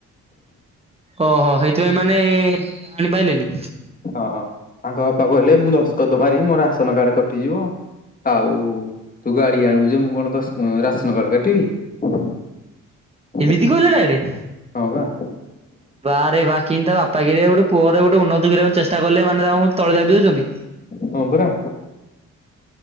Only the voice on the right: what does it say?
ଓହୋ ହେଇଥିପାଇଁ ମାନେ ଆଣିପାଇଲେନି।
ଏମିତି କହିଲ ଡାଇରେକ୍ଟ?
ବାରେ ବା କିିନ୍ତି ତା ବାପା କିରେ ଗୋଟେ ପୁଅର ଗୋଟେ ଉନ୍ନତି କରିବାକୁ ଚେଷ୍ଟା କଲେ ମାନେ ତାଙ୍କୁ ତଳେ ଦାବି ଦଉଛନ୍ତି।